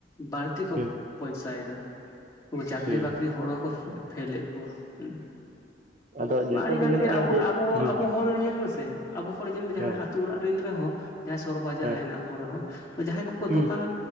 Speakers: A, on the left; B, on the right.
A: ᱵᱟᱹᱲᱛᱤ ᱠᱚ
B: ᱦᱩᱸ
A: ᱠᱟᱭᱫᱟ ᱩᱱᱠᱩ ᱪᱟᱹᱠᱨᱤ
B: ᱦᱩᱸ
A: ᱵᱟᱹᱠᱨᱤ ᱦᱚᱲ ᱦᱚᱸᱠᱚ ᱯᱷᱮᱞᱮᱫ ᱠᱚᱣᱟ᱾ ᱦᱮᱸ
B: ᱟᱫᱚ ᱱᱮᱛᱟᱨ
A: ᱢᱟ ᱟᱹᱰᱤ
B: ᱫᱚ
A: ᱜᱟᱱ
B: ᱧᱮᱞᱚᱜ
A: ᱜᱮ ᱟᱵᱚ
B: ᱠᱟᱱᱟ ᱡᱮ
A: ᱟᱵᱚ
B: ᱦᱩᱸ
A: ᱟᱵᱚ ᱦᱚᱲ ᱜᱮ ᱧᱮᱞ ᱢᱮᱥᱮ, ᱟᱵᱚ ᱦᱚᱲ ᱡᱮᱱ ᱢᱮ ᱡᱟᱦᱟᱸᱭ
B: ᱦᱮᱸ
A: ᱟᱹᱛᱩ ᱚᱲᱟᱜ ᱨᱤᱱ ᱨᱮᱦᱚᱸ ᱡᱟᱦᱟᱸᱭ ᱥᱚᱦᱚᱨ ᱵᱟᱡᱟᱨ
B: ᱦᱮᱸ
A: ᱨᱮ ᱦᱮᱱᱟᱜ ᱠᱚ ᱨᱮᱦᱚᱸ, ᱡᱟᱦᱟᱸᱭ ᱠᱚᱠᱚ
B: ᱦᱩᱸ
A: ᱫᱚᱠᱟᱱ